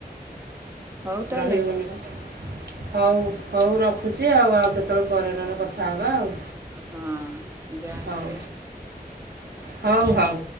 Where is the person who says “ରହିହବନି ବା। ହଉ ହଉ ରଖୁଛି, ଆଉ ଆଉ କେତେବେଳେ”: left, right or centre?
Right